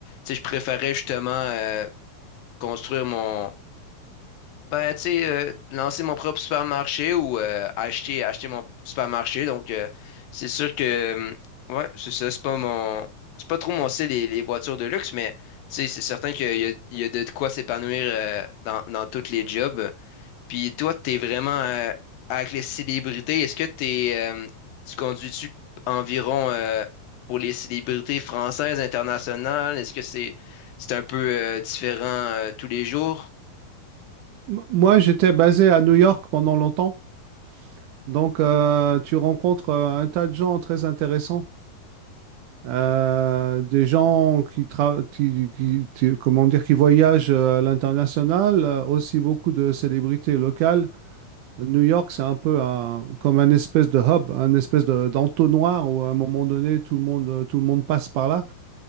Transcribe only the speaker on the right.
m- Moi, j'étais basé à New York pendant longtemps. Donc, euh, tu rencontres euh, un tas de gens très intéressants. Euh, des gens qui, tra- qui- qui- qui- comment dire, qui voyagent euh, à l'international, euh, aussi beaucoup de célébrités locales. New York, c'est un peu un- comme un espèce de hub, un espèce de- d'entonnoir où à un moment donné, tout le monde, tout le monde passe par là.